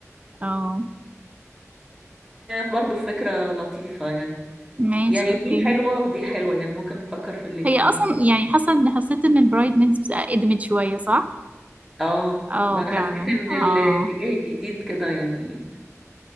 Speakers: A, on the right; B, in the centre.
A: اه
B: فبرضه فكره لطيفه يعني
A: ماشي
B: يعني
A: اوكي
B: دي حلوه ودي حلوه يعني ممكن نفكر في الاتنين
A: هي اصلا
B: يعني
A: يعني حاسه ان حسيت ان البرايد ميدز قدمت شويه صح
B: اه
A: اه
B: ما انا
A: فعلا
B: حسيت ان
A: اه
B: الاتجاه الجديد كده يعني